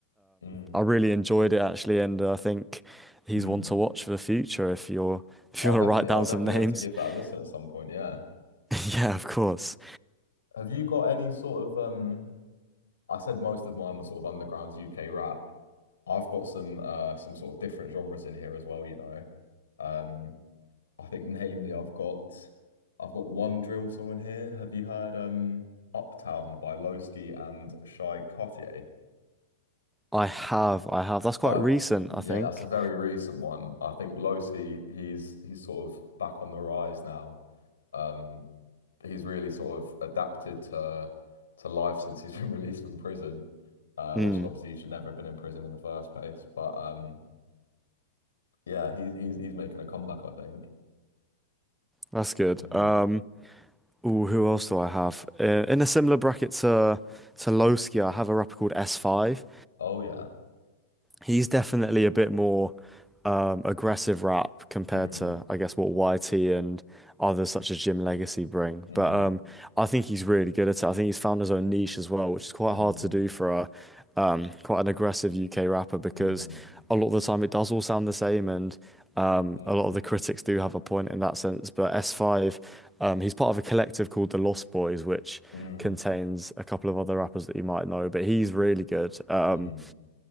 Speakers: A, on the left (about 80°); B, in the centre.
A: Mm.
B: I really enjoyed it actually, and uh, I think he's
A: Mm.
B: one to watch for the future if you're if
A: I'll
B: you want
A: definitely
B: to write down
A: I'll definitely
B: some names.
A: have to give that
B: <laughs>
A: a listen at some point, yeah.
B: Yeah, of course.
A: Have you got any sort of um I said most of mine were sort of underground's UK rap. I've got some uh some sort of different genres in here as well, you know. Um I think namely I've got I've got one drill song in here. Have you heard um Uptown by Lowski and Shy Cartier?
B: I have, I have. That's quite
A: I
B: recent, I
A: yeah,
B: think.
A: that's a very recent one. I think Lowski, he's he's sort of back on the rise now. Um, he's really sort of adapted to to life since he's been <laughs> released from prison, uh,
B: Hmm,
A: which is obviously you should never have been in prison in the first place. But um, yeah, he's he's he's making a comeback, I think.
B: that's good.
A: Mm.
B: Um, ooh, who else do I have? Uh, in a similar bracket to to Lowski, I have a rapper called S5.
A: Oh yeah.
B: He's definitely a bit more um, aggressive rap compared
A: Mm,
B: to, I guess, what YT and others such as Jim Legacy bring.
A: mm,
B: But um, I think he's really good at it. I think he's found his own niche as well, which is quite
A: mm,
B: hard to do for a um, quite an aggressive UK rapper because
A: mm,
B: a lot of the time it does all sound the same, and um,
A: mm, mm,
B: a lot of the critics do have a point in that sense. But S5, um, he's part of a collective called the Lost Boys, which
A: mm.
B: contains a couple of other rappers that you might know, but he's really good. Um,
A: Mm.